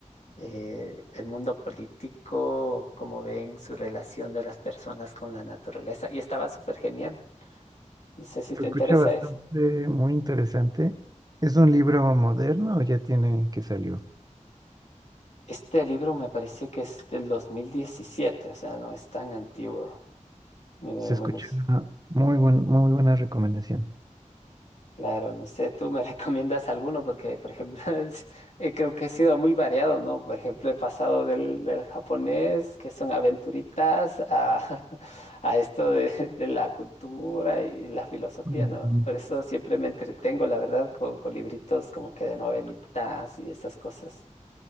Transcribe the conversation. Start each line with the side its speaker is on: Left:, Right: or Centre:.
Left: eh, el mundo político, cómo ven su relación de las personas con la naturaleza. Y estaba súper genial. No sé si
Right: Se
Left: te
Right: escucha
Left: interesa
Right: bastante,
Left: eso.
Right: muy interesante. ¿Es un libro moderno o ya tiene que salió?
Left: Este libro me parece que es del 2017, o sea, no es tan antiguo. Me,
Right: Se escucha
Left: me gusta.
Right: una muy buen, muy buena recomendación.
Left: Claro, no sé, tú me <laughs> recomiendas alguno porque, por ejemplo, <laughs> es- eh, creo que he sido muy variado, ¿no? Por ejemplo, he pasado del, del japonés, que son aventuritas, a, <laughs> a esto de, de la cultura y la filosofía,
Right: Mm,
Left: ¿no? Por eso siempre me entretengo, la verdad, con, con libritos como que de novelitas y esas cosas.